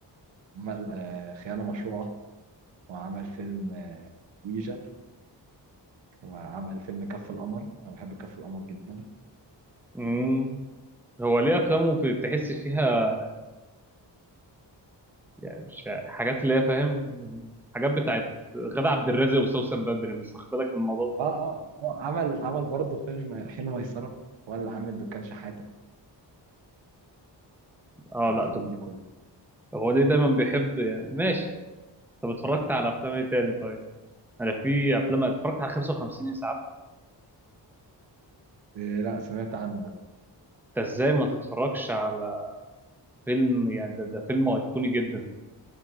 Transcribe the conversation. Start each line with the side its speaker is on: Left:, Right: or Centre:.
Right: عمل آه خيانه مشروعه وعمل فيلم آه ويجا وعمل فيلم كف القمر انا بحب كف القمر جدا
Centre: امم هو ليه افلامه في- تحس فيها يعني مش حاجات اللي هي فاهم حاجات بتاعت غادة عبد الرازق وسوسن بدري مش واخد بالك من الموضوع ده
Right: اه اه هو عمل عمل برضه فيلم حين ميسره ولا عامل دكان شحاته
Centre: اه
Right: الافلام
Centre: لا دكتور
Right: دي كلها
Centre: هو ليه دايما بيحب يعني ماشي طب اتفرجت على افلام ايه تاني طيب انا في افلام اتفرجت على 55 اسعاف
Right: إيه لا سمعت عنه بس.
Centre: انت ازاي ما تتفرجش على فيلم يعني ده, ده فيلم ايقوني جدا